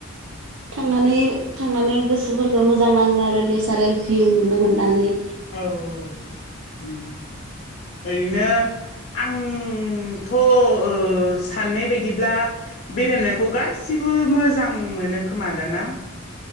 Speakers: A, on the right; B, on the left.
A: थांनानै थांनानै गोसोफोरखौ मोजां नाङो आरो नेसारेल भिउ नुनो मोननानै।
B: औ औ उम ओरैनो आं उमथ' ओ साननाय बायदिब्ला बेरायनायखौ गासिबो मोजां मोनो खोमा दाना?